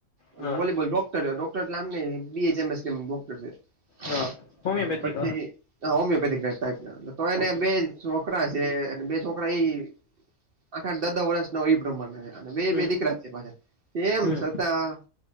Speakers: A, on the right; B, on the left.
A: અને
B: હા
A: વોલીબોલ ડોક્ટર ડોક્ટર નામ ની બી એચ એમ એસ <unintelligible>
B: હા હોમિયોપેથિક
A: પછી હોમિયોપેથીક ના ટાઇપ ના તો એને બે જ છોકરા છે અને બે છોકરા ઈ આઠ આઠ દશ દશ વર્ષ ના એ પ્રમાણ ને બે
B: હમ
A: બે દીકરા છે પાછા તેમ
B: હમ
A: છતાં